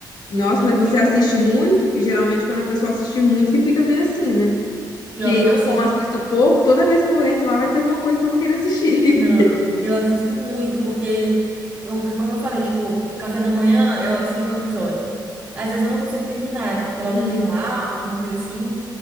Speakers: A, on the left (about 60°); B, on the right (about 15°).
A: Nossa,
B: Então,
A: mas
B: filme
A: você assiste muito? Porque geralmente quando a pessoa assiste muito que fica meio assim, né?
B: pior
A: Que
B: que eu
A: eu,
B: assisto.
A: como assisto pouco, toda vez que eu entro lá vai ter alguma coisa que eu vou querer assistir.
B: Não,
A: <laughs>
B: eu assisto muito, porque, eu- como eu falei, tipo, café da manhã eu assisto um episódio. Às vezes eu não consigo terminar, né? Porque logo
A: Hum.
B: eu tenho aula, alguma coisa assim.